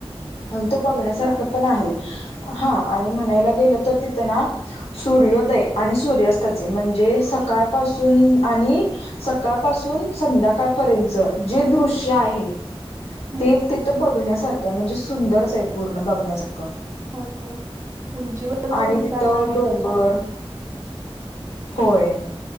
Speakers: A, on the left; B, on the right.
A: आणि तो बघण्यासारख
B: हा
A: पण आहे हा आणि म्हणायला गेलं तर तिथं ना सूर्योदय आणि सूर्यास्ताचे म्हणजे सकाळपासून आणि सकाळपासून संध्याकाळपर्यंत जे दृश्य आहे
B: हम्म
A: ते तिथं बघण्यासारखं आहे म्हणजे सुंदरच आहे पूर्ण बघण्यासार
B: होके उंचीवर
A: आणि
B: तर ठिकाण
A: तिथं
B: आहे
A: डोंगर
B: त्याच्या
A: होय